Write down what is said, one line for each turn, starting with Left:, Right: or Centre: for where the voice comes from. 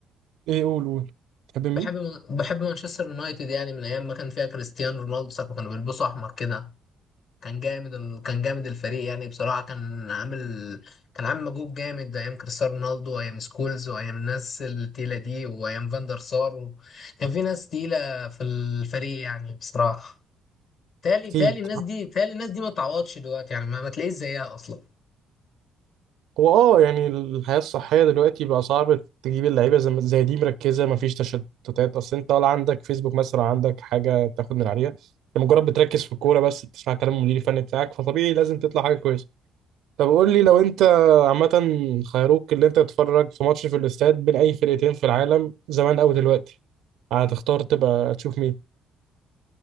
Right: إيه قول قول تحب مين؟
Left: بحب بحب مانشستر يونايتد يعني من أيام ما كان فيها كريستيانو رونالدو ساعة ما كانوا بيلبسوا أحمر كده كان جامد ال... كان جامد الفريق يعني بصراحة كان عامل كان عامل مجهود جامد أيام كريستيانو رونالدو وأيام سكولز وأيام الناس التقيلة دي وأيام فاندر سار و... كان في ناس تقيلة في الفريق يعني بصراحة تالي
Right: أكيد
Left: تالي الناس دي تالي الناس دي ما تعوضش دلوقتي يعني ما, ما تلاقيش زيها أصلا
Right: هو اه يعني الحياة الصحية دلوقتي بقى صعب تجيب اللعيبة زي ما- زي دي مركزة مفيش تشتتات أصل أنت ولا عندك فيسبوك مثلا ولا عندك حاجة تاخد من عليها أنت مجرد بتركز في الكورة بس تسمع كلام المدير الفني بتاعك فطبيعي لازم تطلع حاجة كويسة طب قول لي لو أنت عامة خيروك اللي أنت تتفرج في ماتش في الاستاد بين أي فرقتين في العالم زمان أو دلوقتي هتختار تبقى تشوف مين؟